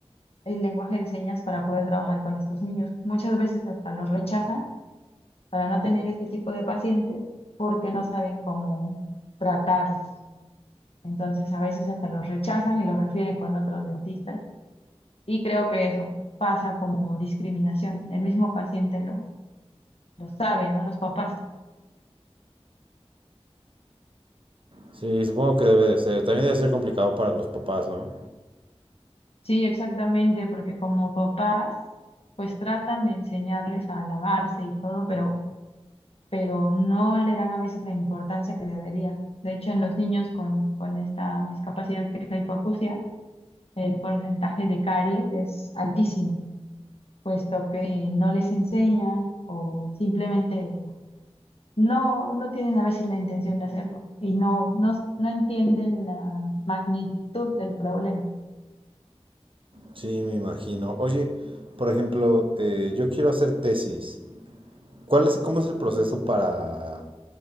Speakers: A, on the left; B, on the right.
A: el lenguaje de señas para poder trabajar con estos niños. Muchas veces hasta los rechazan para no tener este tipo de pacientes porque no saben cómo tratarlos. Entonces, a veces hasta los rechazan y los refieren con otros dentistas y creo que eso pasa como discriminación. El mismo paciente lo, lo sabe, ¿no? Los papás.
B: Sí, supongo que debe de ser. También debe ser complicado para los papás, ¿no?
A: Sí, exactamente, porque como papás, pues tratan de enseñarles a lavarse y todo, pero, pero no le dan a veces la importancia que debería. De hecho, en los niños con, con esta discapacidad que es la hipoacusia, el porcentaje de caries es altísimo, puesto que no les enseñan o simplemente no, no tienen a veces la intención de hacerlo y no, no, no entienden la magnitud del problema.
B: Sí, me imagino. Oye, por ejemplo, eh, yo quiero hacer tesis. ¿Cuál es, cómo es el proceso para,